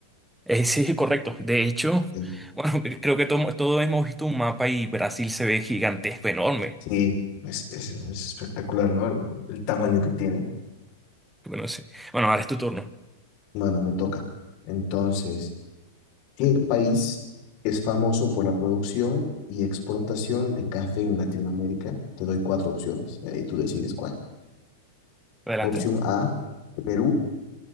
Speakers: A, in the centre; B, on the left.
A: Eh, sí, correcto. De hecho,
B: Eh,
A: bueno, <laughs> creo que todos todos hemos visto un mapa y Brasil se ve gigantesco, enorme.
B: Sí, es, es- es espectacular, ¿no? El, el tamaño que tiene.
A: Bueno, sí. Bueno, ahora es tu turno.
B: Bueno, me toca. Entonces, ¿Qué país es famoso por la producción y exportación de café en Latinoamérica? Te doy cuatro opciones, eh, y tú decides cuál.
A: Adelante.
B: Opción A, Perú.